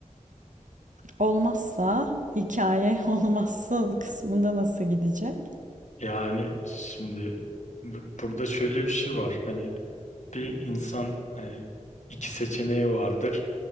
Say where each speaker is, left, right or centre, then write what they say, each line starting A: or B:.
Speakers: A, on the right; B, on the left.
A: Olmazsa hikaye <laughs> olmazsa kısmında nasıl gidecek?
B: Yani şimdi bu- burada şöyle bir şey var. Hani bir insan hani iki seçeneği vardır.